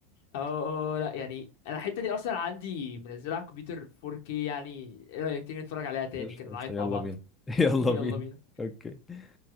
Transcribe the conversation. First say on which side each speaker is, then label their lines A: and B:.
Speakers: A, on the left (about 70°); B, on the left (about 15°).
A: اه اه آه، لا يعني انا الحته دي اصلا عندي منزلها على الكمبيوتر 4K يعني ايه رايك تيجي نتفرج عليها تاني
B: قشطة
A: كده نعيط
B: قشطة يلا
A: مع بعض
B: بينا <laughs> يلا
A: <laughs> يلا
B: بينا
A: بينا
B: اوكي